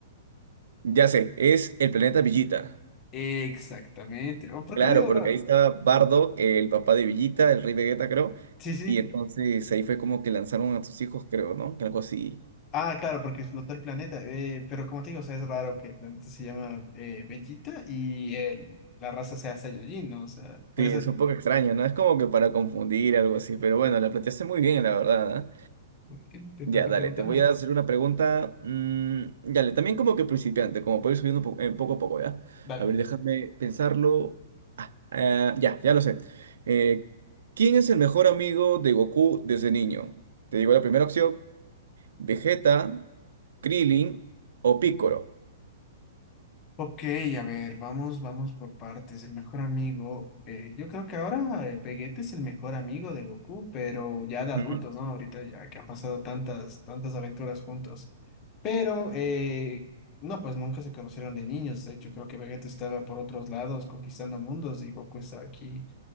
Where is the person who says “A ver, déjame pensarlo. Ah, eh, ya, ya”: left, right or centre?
Right